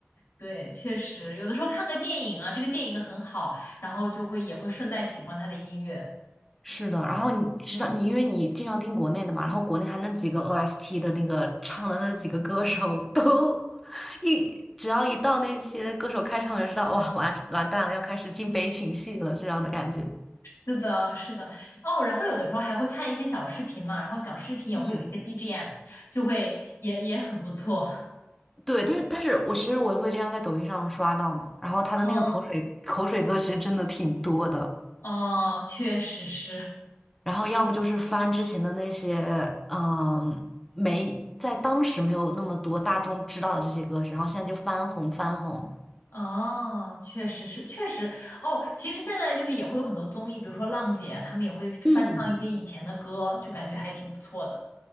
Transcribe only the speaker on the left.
对，确实，有的时候看个电影啊，这个电影很好，然后就会也会顺带喜欢它的音乐。
是的，是的，哦，然后有的时候还会看一些小视频嘛，然后小视频也会有一些
BGM，就会也也很不错。
嗯，哦，确实是，
哦，确实是，确实，哦，其实现在就是也会有很多综艺，比如说浪姐啊他们也会翻唱一些以前的歌，
就感觉还挺不错的。